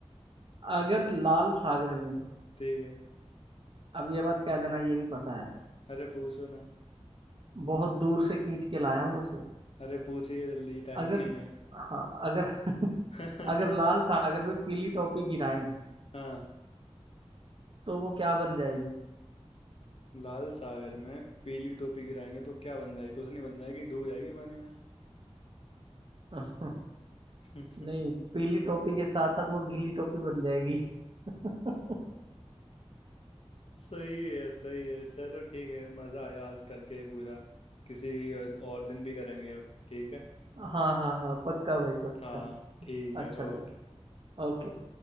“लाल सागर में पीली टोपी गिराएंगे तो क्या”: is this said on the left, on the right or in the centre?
Left